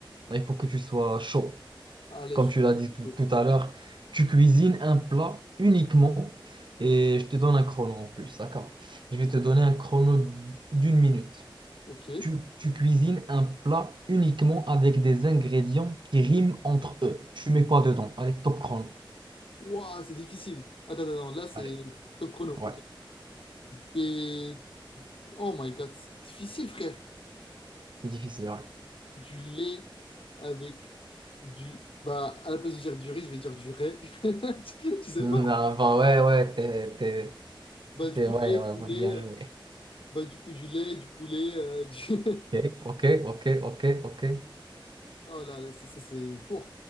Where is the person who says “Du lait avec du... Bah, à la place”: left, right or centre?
Left